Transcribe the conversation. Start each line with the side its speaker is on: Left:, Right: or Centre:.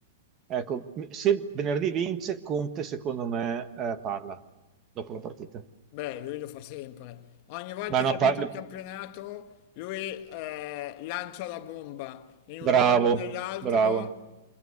Right: Ecco, mi- se venerdì vince, Conte secondo me eh, parla dopo la partita.
Left: Beh, lui lo fa sempre. Ogni volta
Right: Ma no,
Left: che ha vinto
Right: parla-
Left: il campionato, lui eh, lancia la bomba. In
Right: bravo,
Left: un modo o nell'altro
Right: bravo.